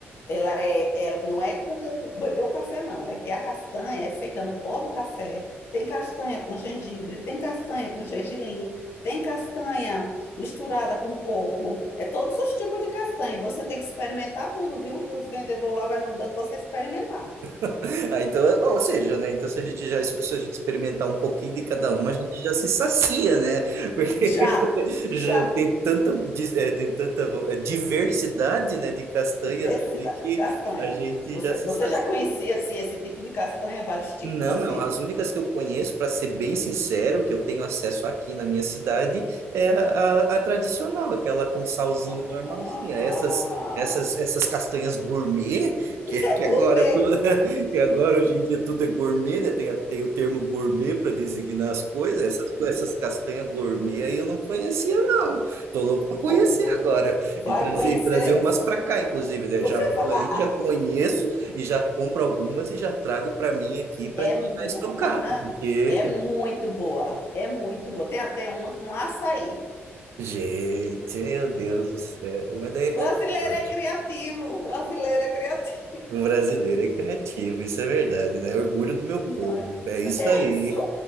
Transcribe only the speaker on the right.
<laughs> Ah, então, ou seja, né? Então, se a gente já se a gente experimentar um pouquinho de cada uma, a gente já se sacia, né? Porque
<laughs>
já tem tanta, dis- eh, tem tanta vo- eh, diversidade, né, de castanhas
ali
que
a gente
já se
sacia.
Não,
não. As únicas que eu conheço, para ser bem sincero, que eu tenho acesso aqui na minha cidade, é a, a- a tradicional, aquela com salzinho
normalzinha. Essas, essas, essas castanhas gourmet,
que,
que
agora tudo, <laughs> que agora hoje em dia tudo é gourmet, né? Tem, a- tem o termo gourmet para designar as coisas. Essas, essas castanhas gourmet aí eu não conhecia, não. Tô louco para conhecer
agora
e trazer,
e trazer umas
para cá,
inclusive, né?
Já vou
aí já conheço e já compro algumas e já trago para mim aqui para
deixar
estocado,
porque,
gente, meu Deus do céu, mas daí é
golpagem.
O brasileiro é criativo, isso é verdade, né? É Orgulho do meu povo,
é isso
aí.